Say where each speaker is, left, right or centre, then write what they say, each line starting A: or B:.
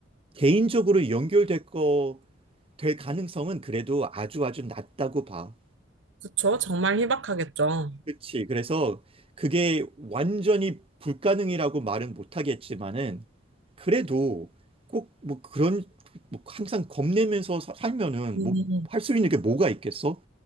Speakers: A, on the right; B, on the right.
A: 개인적으로 연결될 거, 될 가능성은 그래도 아주 아주 낮다고 봐.
B: 그쵸. 정말 희박하겠죠.
A: 그렇지. 그래서 그게 완전히 불가능이라고 말은 못하겠지만은 그래도 꼭 뭐 그런 뭐 항상 겁내면서 사- 살면은
B: 음,
A: 뭐 할 수 있는 게 뭐가 있겠어?